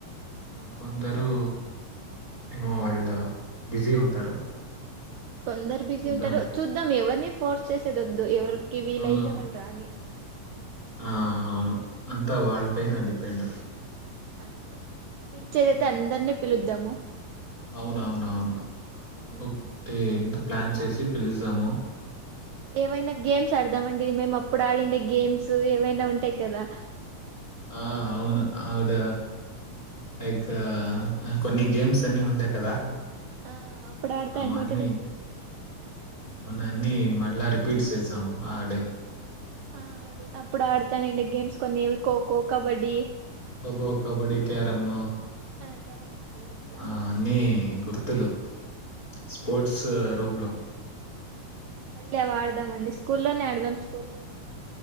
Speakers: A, on the right; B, on the left.
A: ఉమ్
B: కొందరు ఏమో వాళ్ళు బిజీ ఉంటారు
A: కొందరు బిజీ
B: చూద్దాం
A: ఉంటారు చూద్దాం ఎవరిని ఫోర్స్ చేసే వొద్దు ఎవరు కి వీలైతే
B: అవునవును
A: వాళ్ళు రాని
B: ఆ అవును అంత వాళ్పైై నా డిపెండ్
A: అంతే పిలిచేదైతే
B: ఆ!
A: అందరినీ పిలుద్దాము
B: అవునవునవును
A: ఉమ్,
B: వత్తే ప్లాన్ చేసి పిలుజ్జాము.
A: ఏవైనా గేమ్స్ ఆడదామండి మేము అప్పుడు ఆడిండే గేమ్స్ ఏమైనా ఉంటాయి క కదా
B: ఆ అవును ఆవిడ లైక్ కొన్ని గేమ్స్ అన్ని ఉండే కదా
A: ఆ అప్పుడు ఆడుతాంటిమే
B: అవన్నీ
A: కద చిన్నప్పుడు
B: అన్నన్ని మళ్ళా రిపీట్ సేసాం ఆడే
A: ఆ ఆడే అప్పుడు ఆడతాన్నిండే గేమ్స్ కొన్ని కోకో కబడ్డీ
B: కోకో కబడ్డీ క్యారమ్
A: ఆ క్యారమ్స్ అట్లా
B: ఆ అన్నీ గుర్తు ర్తులు. స్పోర్ట్స్
A: అవన్నీ అవి
B: రూమ్ లో
A: మల్లి ఆడదామండి స్కూల్లోనే ఆడదాం స్కూల్లోనే ఆడ